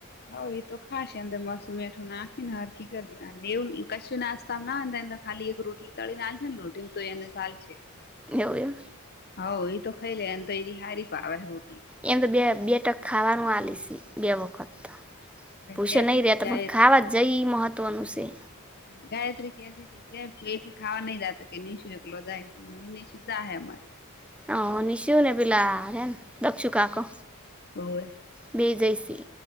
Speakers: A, on the left (about 45°); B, in the centre.
A: હઉ એ તો ખાશે અંદર મસું મઠું નાખી ને હ. ખી કરી દે એવું કશછ નાસ્તા નાંધ ખાલી એક રોટલી તળી છે ને લોટમ તો એને ચાલ છે.
B: એવું એમ
A: હ એ તો ખાઈ લે એમ તો એની હારી પણ આવે રોટલી.
B: એમ તો બે બે ટક ખાવાનું આલીશ બે વખત. ભૂષણ
A: કેતી
B: નહી રહ્યા
A: તી
B: હતા
A: ગાયત્રી
B: પણ ખાવા જઈ મહત્વનું છે.
A: ગાયત્રી ક આ હતી. ઠ એકથી ખાવા નઈ જત કે નિશું વેકલો જાય છે નિશુ જાય.
B: હ નિસ્યુંને પિલારેન દક્ષુકાાકો.
A: હોવે.
B: બે જઈસી.